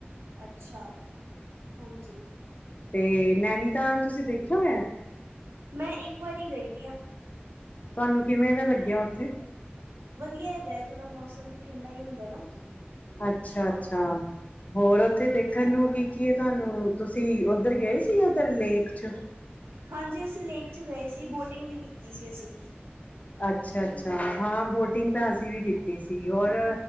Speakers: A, on the right (about 80°); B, on the left (about 40°).
A: ਅੱਛਾ ਹਾਂਜੀ
B: ਤੇ ਨੈਨੀਤਾਲ ਤੁਸੀਂ ਦੇਖਿਆ ਹੋਇਆ
A: ਮੈਂ ਇੱਕ ਵਾਰੀ ਗਈ ਵੀ ਆਂ
B: ਤੁਹਾਨੂੰ ਕਿਵੇਂ ਦਾ ਲੱਗਿਆ ਉੱਥੇ
A: ਵਧੀਆ ਹੈਗਾ ਥੋੜ੍ਹਾ ਮੌਸਮ ਵੀ ਠੰਡਾ ਹੀ ਹੁੰਦਾ ਐ ਨਾ
B: ਅੱਛਾ ਅੱਛਾ ਹੋਰ ਉੱਥੇ ਦੇ ਖਨ ਨੂੰ ਕੀ ਕੀ ਐ ਤੁਹਾਨੂੰ ਤੁਸੀਂ ਉੱਧਰ ਗਏ ਸੀ ਉਧਰ ਲੇਕ ਚ
A: ਹਾਂਜੀ ਅਸੀਂ ਲੇਕ ਚ ਗਏ ਸੀ ਬੋਟਿੰਗ ਵੀ ਕੀਤੀ ਸੀ ਅਸੀਂ
B: ਅੱਛਾ ਅੱਛਾ ਹਾਂ ਬੋਟਿੰਗ ਤਾਂ ਅਸੀਂ ਵੀ ਕੀਤੀ ਸੀ ਔਰ